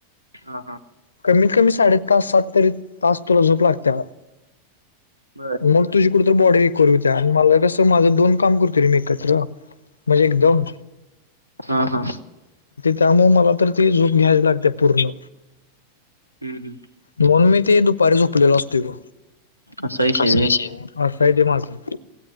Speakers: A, on the right; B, on the left.
A: हा हा
B: कमीत कमी साडे तास सात तरी तास तुला झोप लागते
A: बर
B: मग तुझी कुठ तर बॉडी म कर हो त्या्या आणि मला कसं माझं दोन काम करते मी एकत्र म्हणजे एकदम
A: हा हा
B: त्यामु मला तर ती झूप घ्यावी लागते पूर्ण
A: हम् हम्
B: म्हणून मी ते दुपारी झोपलेल असत ग
A: असा विषय
B: अस
A: आहे व्हय.
B: अ सईद माझून